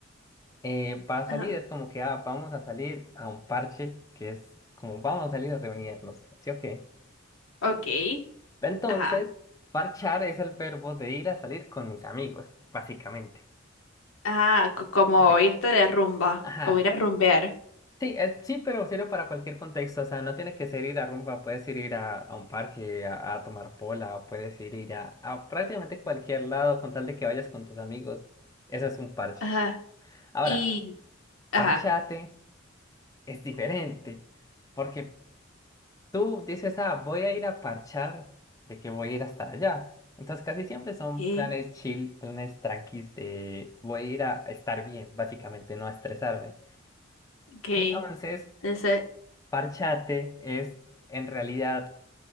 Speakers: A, on the left; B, on the left.
A: eh, va a
B: Ajá,
A: salir, es como que ah, vamos a salir a un parche, que es como vamos a salir a reunirnos, ¿sí o qué?
B: ok.
A: Entonces,
B: Ajá.
A: parchar es el verbo de ir a salir con mis amigos, básicamente.
B: Ah, co- como
A: Ok.
B: irte de rumba,
A: Ajá.
B: como ir a rumbear.
A: Sí, es, sí, pero sirve para cualquier contexto. O sea, no tiene que ser ir a rumba, puedes ir, ir a, a un parque a, a tomar pola, puedes ir, ir a, a prácticamente cualquier lado con tal de que vayas con tus amigos. Eso es un parche.
B: Ajá.
A: Ahora,
B: Y, ajá.
A: parchate es diferente, porque tú dices, ah, voy a ir a parchar, de que voy a ir hasta allá. Entonces, casi siempre son
B: Ok,
A: planes chill, planes tranquis de voy a ir a estar bien, básicamente, no a estresarme.
B: ok.
A: Entonces.
B: Entonces,
A: Parchate es en realidad